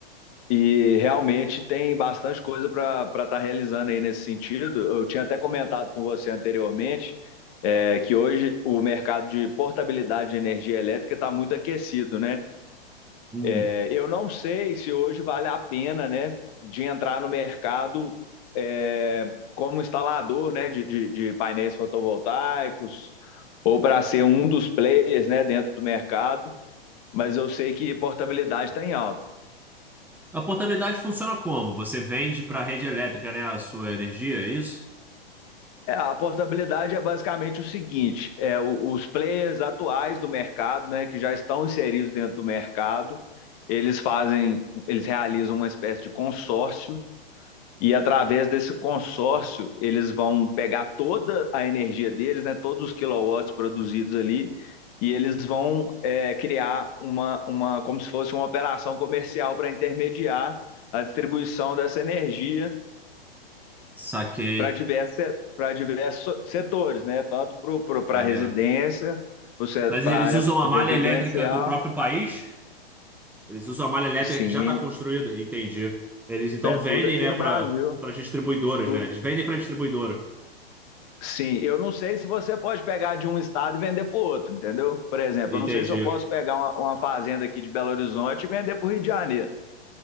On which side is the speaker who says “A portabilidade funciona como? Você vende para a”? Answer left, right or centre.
Centre